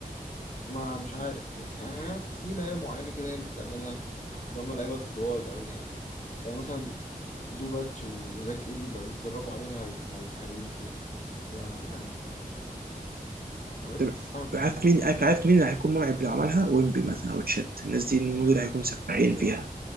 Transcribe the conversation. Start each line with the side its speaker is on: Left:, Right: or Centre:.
Left: ما مش عارف يعني يعني محت- في لعيبه معينه كده هي اللي بتعملها اللي هم لعيبه طوال قوي يعني يعني مثلا زوباتش و- وزاك ايدي لو اتدربوا عليها هي- يعني يبقوا حلوين فيها بس آه، يعني ما بقتش
Right: طب
Left: بتستعمل كتير
Right: عارف
Left: فاهم
Right: مين عارف, عارف مين اللي هيكون مرعب لو عملها ويمبي مثلا او تشات الناس دي إن هم دول هيكونوا سفاحين
Left: ويمبي
Right: فيها
Left: اه